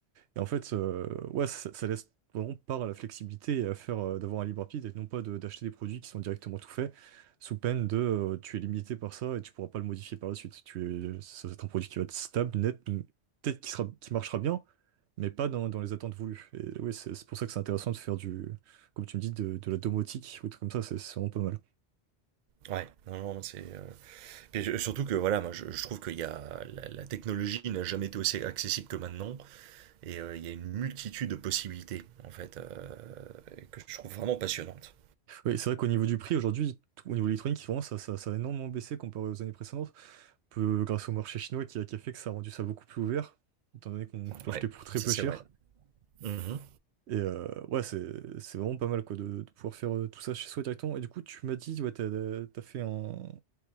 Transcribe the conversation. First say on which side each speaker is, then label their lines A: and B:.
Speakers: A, on the right; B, on the right.
A: Et en fait, euh, ouais, ça, ça laisse vraiment part à la flexibilité et à faire euh, d'avoir un libre arbitre et non pas de- d'acheter des produits qui sont directement tout faits sous peine de euh, tu es limité par ça et tu pourras pas le modifier par la suite. Tu es, ça va être un produit qui va être stable, net, peut-être qui sera, qui marchera bien, mais pas dans, dans les attentes voulues. Et oui, c'est c'est pour ça que c'est intéressant de faire du, comme tu me dis, de, de la domotique ou des trucs comme ça, c'est c'est vraiment pas mal.
B: ouais, non, non, c'est. euh, puis je- surtout que voilà, moi je, je trouve qu'il y a la, la technologie n'a jamais été aussi accessible que maintenant, et euh, il y a une multitude de possibilités en fait euh, que je trouve vraiment passionnante.
A: Oui, c'est vrai qu'au niveau du prix, aujourd'hui, tout- au niveau électronique, vraiment, ça, ça, ça a énormément baissé comparé aux années précédentes, peu, grâce au marché chinois qui a, qui a fait que ça a rendu ça beaucoup plus ouvert, étant donné qu'on peut
B: Ouais,
A: acheter pour très
B: ça
A: peu
B: c'est
A: cher.
B: vrai. Mhm.
A: Et euh, ouais, c'est c'est vraiment pas mal quoi, de, de pouvoir faire euh, tout ça chez soi directement. Et du coup, tu m'as dit, ouais, t'as, t'as fait un,